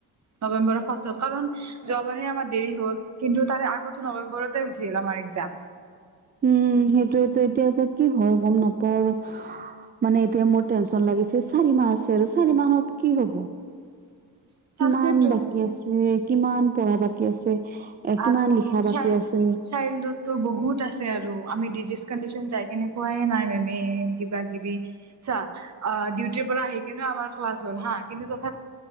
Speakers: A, on the right (about 45°); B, on the right (about 25°).
A: নৱেম্বৰৰ ফাৰ্ষত কাৰণ যোৱাবাৰে আাৰ দেৰি হ'ল কিন্তু তাৰে আগতো নৱেম্বৰতে হৈছিল আমাৰ এক্সাম
B: উম সেইটোয়ো এতিয়া পৰা কি হয় গম নাপাও আৰু মানে এতিয়া মোৰ টেনচন লাগিছে চাৰি মাহ আছে আৰু চাৰি মাহত কি হব
A: <unintelligible>
B: কিমান
A: তাকেতো
B: বাকী আছে কিমান পঢ়া বাকী আছে। এ কিমান
A: আৰু
B: লিখা বাকী
A: শাৰলততো
B: আছে
A: বহুত আছে আৰু আমি ডিজিজ কডিচন যাই। কেনে পোৱাই নাই মেমে কিবা কিবি চা অ ডিউটিৰ পৰা আহি কিনে আমাৰ ক্লাছ হল হা কিন্তু যত